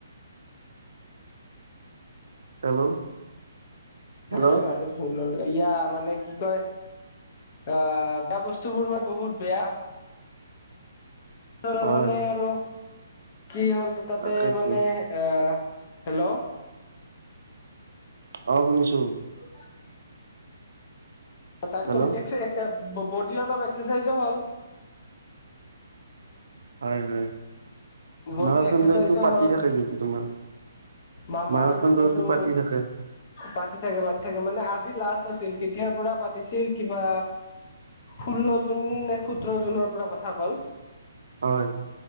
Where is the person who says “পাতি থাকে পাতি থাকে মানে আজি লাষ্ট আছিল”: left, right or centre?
Left